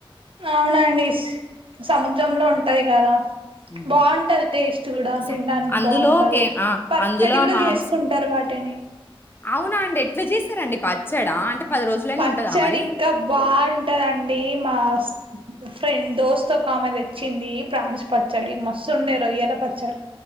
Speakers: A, on the right; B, on the left.
A: అవునండి <unintelligible> సముద్రంలో ఉంటది గదా
B: హ్మ్.
A: బాగుంటది, టేస్ట్ గూడ
B: స
A: తినడానికి
B: అందులో
A: బావుంటది.
B: కే ఆ!
A: పచ్చడి
B: అందులో
A: కూడా
B: మాంస
A: చేసుకుంటారు. వాటిని
B: అవునా అండి ఎట్లా చేస్తారండి పచ్చాడా అంటే రోజులైనా
A: పచ్చడి
B: ఉంటదా మరి?
A: ఇంక బాగుంటదండి మాస్ ఫ్రెండ్ దోస్త్ ఒక ఆమె తెచ్చింది. ప్రాన్స్ పచ్చడి మస్సు ఉండే రొయ్యల పచ్చడి.